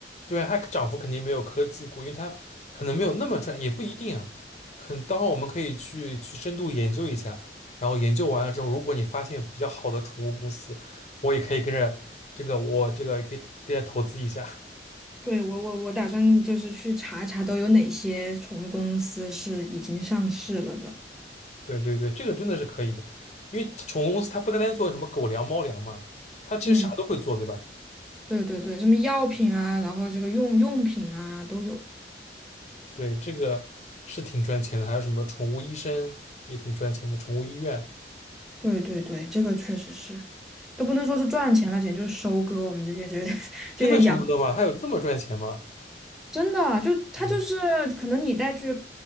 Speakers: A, on the left; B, in the centre.
A: 对，它涨幅肯定没有科技股，因为它可能没有那么赚，也不一定啊。可能待会儿我们可以去去深度研究一下，然后研究完了之后，如果你发现有比较好的宠物公司，我也可以跟着这个，我这个也可以跟着投资一下。<laughs>
B: 对，我我我打算就是去查一查都有哪些宠物公司是已经上市了的。
A: 对对对，这个真的是可以的，因为宠物公司它不单单做什么狗粮、猫粮嘛，它其实啥都会做，
B: 嗯，
A: 对吧？
B: 对对对，什么药品啊，然后这个用用品啊都有。
A: 对，这个是挺赚钱的，还有什么宠物医生也挺赚钱的，宠物医院
B: 对对对，这个确实是，都不能说是赚钱了，简直就是收割我们这些这 <laughs> 这些养。
A: 真的收割吗？它有这么赚钱吗？
B: 真的，就它就是可能你带去
A: 嗯